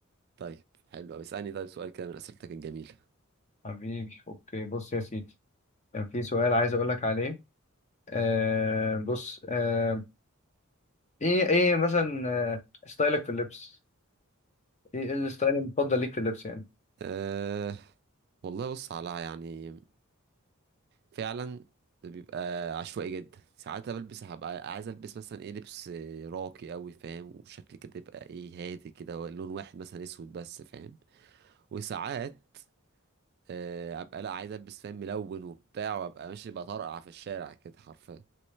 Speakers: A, on the right; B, on the left.
A: طيب حلو قوي اسالني طيب سؤال كده من اسئلتك الجميله
B: حبيبي أوكي بص يا سيدي كان في سؤال عايز أقولك عليه آه بص آه ايه ايه مثلا آه ستايلك في اللبس ايه إيه الستايل المفضل ليك في اللبس يعني
A: أه والله بص على يعني فعلا بيبقى عشوائي جدا ساعات بلبس هبقى عايز البس مثلا ايه لبس آه، راقي قوي فاهم وشكل كده يبقى ايه هادي كده لون واحد مثلا اسود بس فاهم وساعات أه ابقى لا عايز البس فاهم ملون وبتاع وابقى ماشي بطرقع في الشارع كده حرفيا